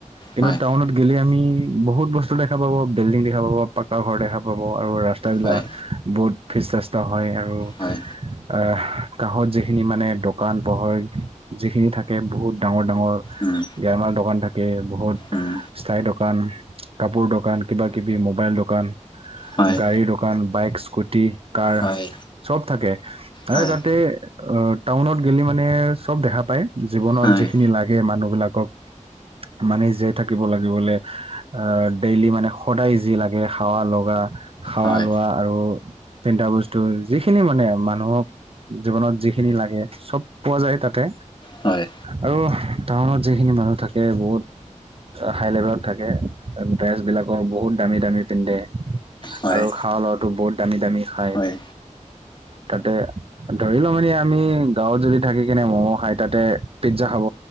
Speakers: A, on the right; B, on the left.
A: কিন্তু
B: হয়
A: টাউনত গেলে আমি বহুত বস্তু দেখা পাব, বিল্ডিং দেখা পাব পা কা ঘৰ দেখা পাব, আৰু ৰাস্তাবিলাক
B: হয়
A: বহুত ফেষ্ট ৰাস্তা হয় আৰু
B: হয়
A: অ কাঁহত যিখিনি মানে দোকান পোহৰ যিখিনি থাকে, বহুত ডাঙৰ ডাঙৰ
B: উম
A: গেলামাল দোকান থাকে, বহুত
B: উম
A: স্থায়ী দোকান। কাপোৰ দোকান, কিবা-কিবি মোবাইল দোকান,
B: হয়
A: গাড়ীৰ দোকান, বাইক, স্কুটি, কাৰ
B: হয়
A: চব থাকে মানে
B: হয়
A: তাতে অ টাউনত গেলি মানে চব দেখা পায় জীৱনত
B: হয়
A: যিখিনি লাগে মানুহবিলাকক মানে জীয়াই থাকিব লাগিবলে, আ ডেইলি মানে সদায় যি লাগ গে খাৱা লগা, খাৱা
B: হয়
A: লোৱা আৰু পিন্ধা বস্তু, যিখিনি মানে মানুহক জীৱনত যিখিনি লাগে, চব পোৱা যায় তাতে
B: হয় হয়
A: আৰু টাউনত যিখিনি মানুহ থাকে বহুত হাই লেভেলত থাকে, ড্ৰেছ বিলাকো বহুত দামী দামী পিন্ধে
B: হয়
A: আৰু খাৱা লোৱাটো বহুত দামী দামী খায়।
B: হয়
A: তাতে ধৰি ল মানে আমি গাঁৱত যদি থাকি কেনে ম'ম খাই, তাতে পিজ্জা খাব।